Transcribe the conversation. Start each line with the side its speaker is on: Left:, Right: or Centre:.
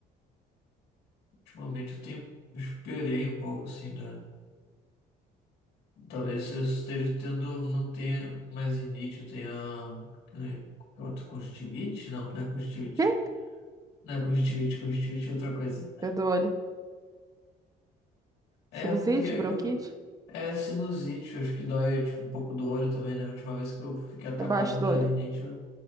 Left: Ultimamente eu tenho. eu Esperei um pouco, assim, da. Talvez eu esteja tendo. Não tenha mais rinite, eu tenha. que nem- que outro? Conjuntivite? Não, não é conjuntivite.
Right: Quê?
Left: Não é conjuntivite, conjuntivite é outra coisa.
Right: É do olho. Sinusite,
Left: É um que é
Right: bronquite?
Left: que eu. É sinusite, eu acho que dói, tipo, um pouco do olho também, né? A última vez que eu fiquei atacado
Right: É embaixo do
Left: da
Right: olho.
Left: rinite, eu.